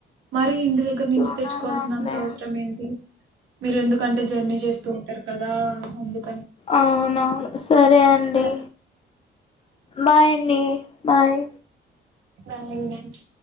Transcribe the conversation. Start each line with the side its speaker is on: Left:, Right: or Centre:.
Right: మరి ఇందు దగ్గర్
Left: చూడాలా
Right: నుంచి తెచ్చుకోవాల్సినంత
Left: అండి
Right: అవసరం ఏంటి? మీరెందుకంటే జర్నీ చేస్తూ ఉంటరు కదా అందుక్
Left: అవునా సరే అండి
Right: సరే
Left: బాయ్ అండి. Bye
Right: bye good night